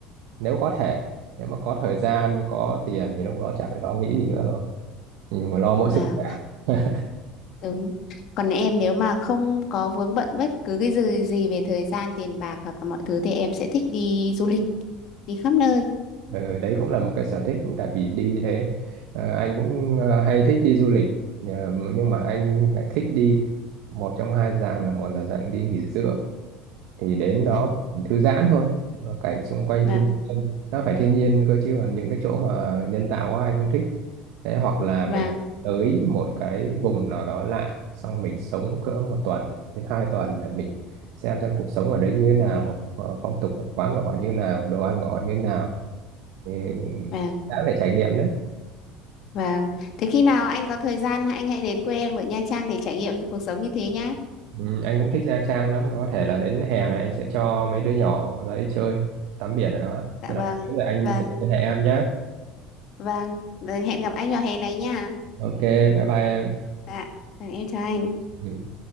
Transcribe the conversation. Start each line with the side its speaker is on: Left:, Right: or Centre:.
Right: nếu có thể nếu mà có thời gian có tiền thì lúc đó chả phải lo nghĩ gì nữa rồi mình lo mỗi sức
Left: vâng,
Right: khỏe <laughs>
Left: đúng. Còn em nếu mà không có vướng bận bất cứ cái gì gì về thời gian, tiền bạc hoặc là mọi thứ thì em sẽ thích đi du lịch, đi khắp nơi.
Right: Ừ, đấy cũng là một cái sở thích tại vì đi đấy ờ, anh cũng ờ, hay thích đi du lịch nhờ- nhưng mà anh lại thích đi một trong hai dạng là một là dạng đi nghỉ dưỡng thì đến đó
Left: Dạ,
Right: thư giãn thôi Ờ, cảnh xung quanh
Left: vâng,
Right: thiên nhiên nó phải thiên nhiên cơ chứ còn những cái chỗ mà nhân tạo quá anh không thích đấy hoặc là
Left: vâng,
Right: mình tới một cái vùng nào đó lạ xong mình sống cỡ một tuần đến hai tuần để mình xem xem cuộc sống ở đấy như thế nào ờ, phong tục tập quán của họ như thế nào đồ ăn của họ như thế nào thì
Left: vâng,
Right: đáng để trải nghiệm đấy
Left: vâng. Thế khi nào anh có thời gian anh hãy đến quê em ở Nha Trang để trải nghiệm cuộc sống như thế nhá.
Right: ừ, anh cũng thích Nha Trang lắm có thể là đến hè này anh sẽ cho mấy đứa nhỏ ra đấy chơi tắm biển ở đó
Left: Dạ
Right: nên
Left: vâng,
Right: là rồi anh
Left: vâng.
Right: sẽ liên hệ em nhé
Left: Vâng, rồi hẹn gặp anh vào hè này nha.
Right: ok bye bye em
Left: Dạ, vâng, em chào anh.
Right: Ừ.